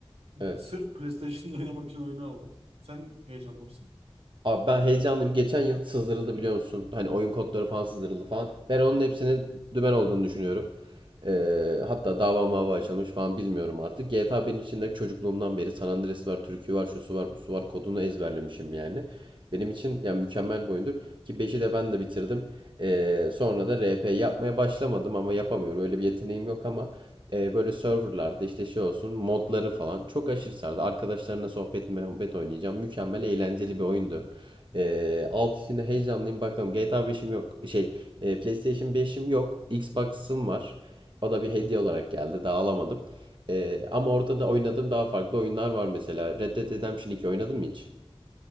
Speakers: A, on the right; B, on the right.
A: Evet.
B: Sırf PlayStation'da <laughs> oynamak için oyunu aldım. Sen heyecanlı mısın?
A: Abi ben heyecanlıyım. Geçen yıl sızdırıldı biliyor musun? Hani oyun kodları falan sızdırıldı falan. Ben onun hepsinin dümen olduğunu düşünüyorum. Ee, hatta dava mava açılmış falan bilmiyorum artık. GTA benim için de çocukluğumdan beri San Andreas var, türkü var, şusu var, busu var. Kodunu ezberlemişim yani. Benim için yani mükemmel bir oyundur. Ki beşi de ben de bitirdim. Ee, sonra da RP yapmaya başlamadım ama yapamıyorum. Öyle bir yeteneğim yok ama e, böyle serverlarda işte şey olsun modları falan çok aşırı sardı. Arkadaşlarına sohbet muhabbet oynayacağım. Mükemmel eğlenceli bir oyundu. Ee, alt içinde heyecanlıyım bakalım. GTA beşim yok. Şey, e, PlayStation beşim yok. Xbox'ım var. O da bir hediye olarak geldi. Daha alamadım. Ee, ama orada da oynadığım daha farklı oyunlar var mesela. Red Dead Redemption 2 oynadım mı hiç?